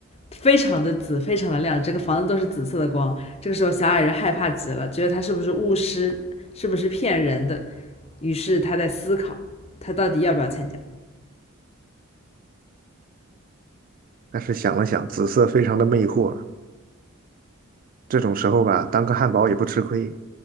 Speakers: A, on the left; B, on the right.
A: 非常的紫，非常的亮，整个房子都是紫色的光。这个时候，小矮人害怕极了，觉得他是不是巫师，是不是骗人的，于是他在思考，他到底要不要参加。
B: 但是想了想，紫色非常的魅惑，这种时候吧，当个汉堡也不吃亏，